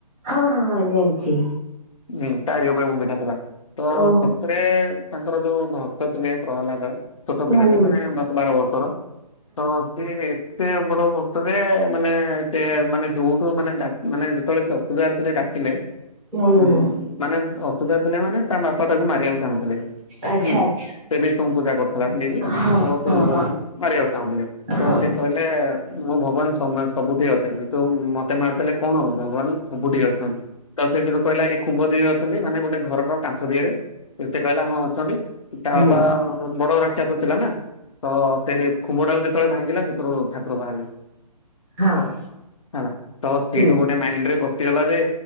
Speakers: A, in the centre; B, on the left.
A: ହଁ ହଁ ଜାଣିଛି
B: ହୁଁ ତାରିି ଉପରେ ମୁଭିଟା ଥିଲା ତ
A: ଓହୋ
B: ସେ - ରେ ତାଙ୍କର ଯୋଉ ଭକ୍ତ ଥିଲେ ପ୍ରହଲ୍ଲାଦ ଛୋଟ
A: ହୁଁ
B: ପିଲାଟେ ମାନେ ଦଶ ବାର ବର୍ଷର ହଁ ସିଏବି ସେ ବଡ ଭକ୍ତରେ ମାନେ ସେ ମାନେ ଯୋଉଠୁ ମାନେ ମାନେ ଯେତେବେଳେ ସେ ଅସୁବିଧା ଥିଲେ ଥିଲେ
A: ହୁଁ
B: ଉଁ
A: ହୁଁ
B: ମାନେ ଅସୁବିଧା ଥିଲେ ମାନେ ତା ବାପା ତାକୁ ମାରିବାକୁ ଚାହୁଁଥିଲେ
A: ଆଚ୍ଛା
B: ହୁଁ
A: ଆଚ୍ଛା
B: ସେ ବିଷ୍ଣୁଙ୍କୁ ପୂଜା କରୁଥିଲା ବିକି
A: ହଁ
B: ତ ମାରିବାକୁ
A: ହଁ
B: ଚାହୁଁଥିଲେ ତ
A: ହଁ
B: ସେ।
A: ହଁ
B: କହିଲେ ମୁଁ ଭଗବାନ ସବୁଠି ଅଛନ୍ତି ତୁ ମତେ ମାରିଦେଲେ କଣ ହବ ଭଗବାନ। ସବୁଠି ଅଛନ୍ତି ତ ସେଥିରୁ କହିଲା ଏ ଖୁମ୍ବ ଦେହରେ ଅଛନ୍ତି ମାନେ ଗୋଟେ। ଘରର କାନ୍ଥ ଦିହରେ, ସେ ସେ କହିଲା ହଁ ଅଛନ୍ତି ତା ବାପା
A: ହୁଁ
B: ବଡ ରାକ୍ଷସ ଥିଲାନା। ତ ସେ ଖୁମ୍ବ ଟାକୁ ଯେତେବେଳେ ଭାଙ୍ଗିଲା ସେଥିରୁ ଠାକୁର ବାହାରିଲେ
A: ହଁ।
B: ହେଲା ତ ସେଇଠୁ
A: ହୁଁ
B: ଗୋଟେ। ମାଇଣ୍ଡରେ ପସିଗଲା ଯେ